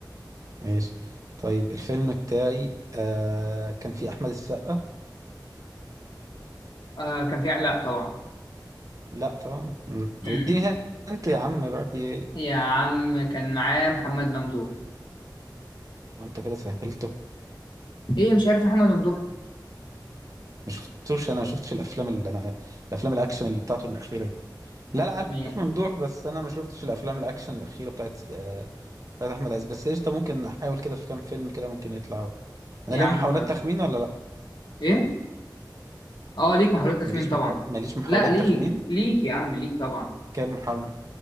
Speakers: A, on the right; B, on the left.
A: ماشي طيب الفيلم بتاعي آه كان فيه أحمد السقا
B: آه كان في لا طبعا
A: لا طبعا مم.
B: امم
A: طب اديني انت يا عم بقى في ايه
B: يا عم كان معاه محمد ممدوح
A: وانت كده سهلته
B: ايه مش عارف محمد ممدوح
A: ما شفتوش انا ما شفتش الافلام اللي انا الافلام الاكشن اللي بتاعته الاخيره دي لا لا عارف
B: مين
A: ممدوح بس انا ما شفتش الافلام الاكشن الاخيره بتاعت آه بتاعت احمد عز بس قشطه ممكن احاول كده في كام فيلم كده ممكن يطلعوا انا
B: يا
A: ليا
B: عم
A: محاولات
B: خالص
A: تخمين ولا لا
B: ايه اه ليك محاولات تخمين
A: ماليش
B: طبعا
A: محاول... ماليش محاولات
B: لا ليك
A: تخمين
B: ليك يا عم ليك طبعا
A: كام محاوله